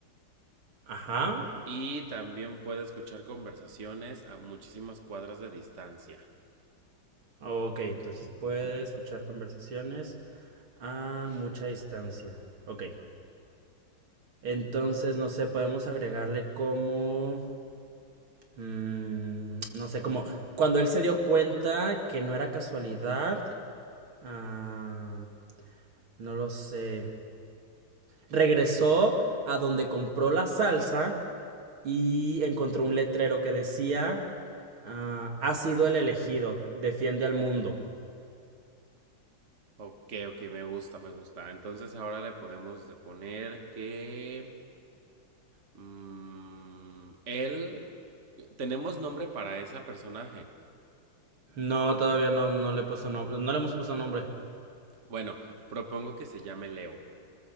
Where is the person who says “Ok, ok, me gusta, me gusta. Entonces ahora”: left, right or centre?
Right